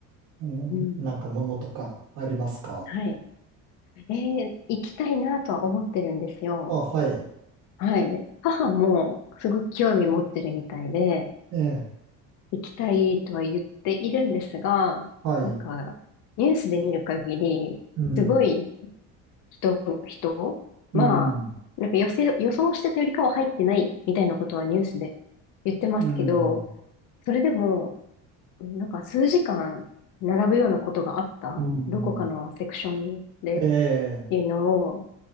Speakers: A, on the right; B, on the left.
A: うんなんかものとかありますか
B: うん。はい。えー行きたいなとは思ってるんですよ。
A: あ、はい、
B: はい。で母もすごく興味持ってるみたいで、
A: ええ、
B: 行きたいとは言っているんですが、
A: はい、
B: なんか、ニュースで見る限り、
A: うん、
B: すごい人、人まあ、
A: うん、
B: なんか予想、予想してたよりかは入ってないみたいなことはニュースで言ってますけど、
A: うん。
B: それでも、なんか数時間並ぶようなことがあったどこかのセクションでっ
A: うん、ええ、
B: ていうのを